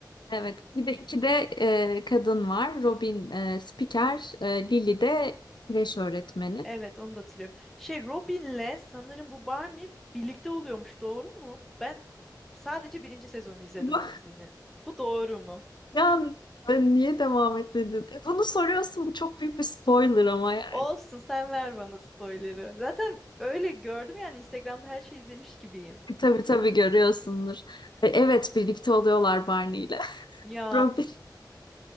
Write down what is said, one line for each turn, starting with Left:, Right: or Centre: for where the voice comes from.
Left: evet bir de iki de e, kadın var. Robin e, spiker. E, Lily de kreş öğretmeni.
Centre: Evet, onu da hatırlıyorum. Şey Robin'le sanırım bu Barney birlikte oluyormuş, doğru mu? Ben sadece birinci sezonu izledim
Left: <laughs> Bu-
Centre: o dizinin. Bu doğru mu?
Left: Ya e, niye devam etmedin? E, bunu soruyorsun. Bu çok büyük bir spoiler ama yani.
Centre: Olsun, sen ver bana spoiler'ı. Zaten öyle gördüm yani Instagram'da her şeyi izlemiş gibiyim.
Left: E, tabii tabii görüyorsundur. E, evet birlikte oluyorlar Barney ile.
Centre: Ya
Left: Profil. <laughs>